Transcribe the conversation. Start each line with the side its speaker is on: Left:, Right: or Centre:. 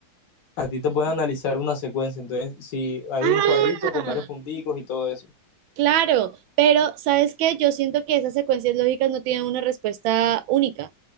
Left: a ti te pueden analizar una secuencia. Entonces, si hay
Right: Ah,
Left: un cuadrito con varios punticos y todo eso.
Right: claro, pero ¿sabes qué? Yo siento que esas secuencias lógicas no tienen una respuesta única.